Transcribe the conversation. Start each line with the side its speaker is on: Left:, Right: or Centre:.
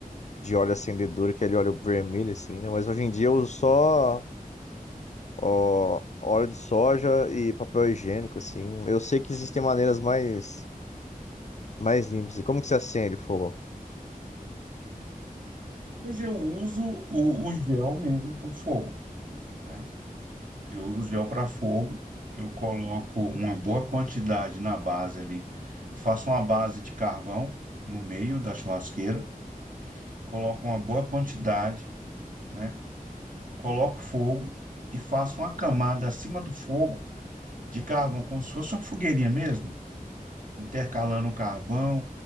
Left: de óleo acendedor, aquele óleo vermelho, assim, né? Mas hoje em dia eu uso só ó, óleo de soja e papel higiênico, assim. Eu sei que existem maneiras mais, mais limpas. E como que você acende o fogo?
Right: Hoje eu uso o, o gel mesmo para fogo, né? Eu uso o gel para fogo, eu coloco uma boa quantidade na base ali. Eu faço uma base de carvão no meio da churrasqueira, coloco uma boa quantidade, né? coloco fogo e faço uma camada acima do fogo de carvão, como se fosse uma fogueirinha mesmo, intercalando o carvão.